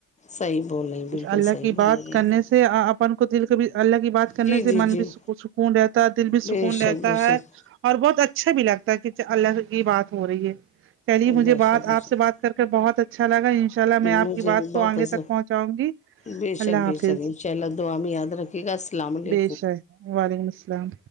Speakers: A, on the left (about 25°); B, on the right (about 45°).
A: صحیح بول رہی ہیں، بالکل
B: اللہ
A: صحیح
B: کی
A: بول
B: بات
A: رہی ہیں
B: کرنے
A: آپ
B: سے اپن کو دل کو بھی اللہ کی بات کرنے
A: جی
B: سے
A: جی
B: من
A: جی
B: بھی سکون رہتا ہے دل بھی
A: بے
B: سکون
A: شک
B: رہتا
A: بے
B: ہے
A: شک
B: اور بہت اچھا بھی لگتا ہے کہ اللہ کی بات ہو رہی ہے چلیے مجھے
A: بے
B: بات
A: شک بے
B: آپ
A: شک
B: سے بات کر کے بہت اچھا اچھا لگا ان شاء اللہ میں آپ
A: مجھے
B: کی بات
A: بھی
B: کو
A: بہت
B: آگے
A: اثر
B: تک پہنچاوں گی
A: بے شک
B: اللہ
A: بے
B: حافظ
A: شک انشاء اللہ دعا میں یاد رکھیے گا السلام علیکم
B: بیشک وعلیکم السلام